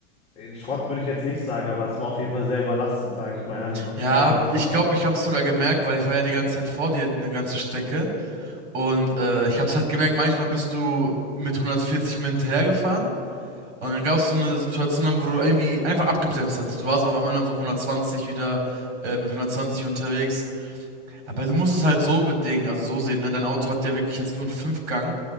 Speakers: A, on the left; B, on the right.
A: Schrott würde ich jetzt nicht sagen, aber es war auf jeden Fall sehr überlastet, sage ich mal ehrlich, auf,
B: Ja,
A: auf der ganzen
B: ich
A: Fahrt.
B: glaube, ich habe es sogar gemerkt, weil ich war ja die ganze Zeit vor dir eine ganze Strecke. Und äh, ich habe es halt gemerkt, manchmal bist du mit 140 mir hinterhergefahren. Und dann gab es so eine Situation, wo du irgendwie einfach abgebremst hattest. Du warst auf einmal dann so 120 wieder äh, mit 120 unterwegs. Aber du musst es halt so bedingen, also so sehen, ne? Dein Auto hat ja wirklich jetzt nur einen Fünfgang.